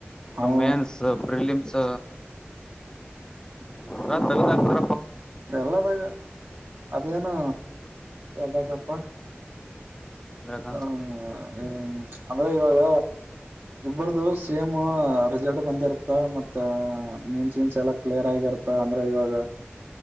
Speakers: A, on the left (about 15°); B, on the right (about 55°).
A: ಒರ
B: ಅವ
A: ಮೇನ್ಸ್ ಪ್ರಿಲಿಮ್ಸ್ ್ಮ ರತ್ ನರ
B: ಎಲ್ಲದಾಗ ಅದೇನು ಯ್ದಾಗಪ್ಪ
A: ಇದ್ರಾಗ
B: ಹ್ಮ ಅಂದ್ರೆ ಇವಾಗ ಇಬರದು ಸೇಮ್ ರಿಸಲ್ಟ್ ಬಂದಿರುತ್ತ ಮತ್ ತ್ತ ಮೀನ್ಸ್ೀನ್ಸ್ ಎಲ್ಲ ಕ್ಲಿಯರ್ ಆಗಿರತ್ತ ಅಂದ್ರೆ ಇವಾಗ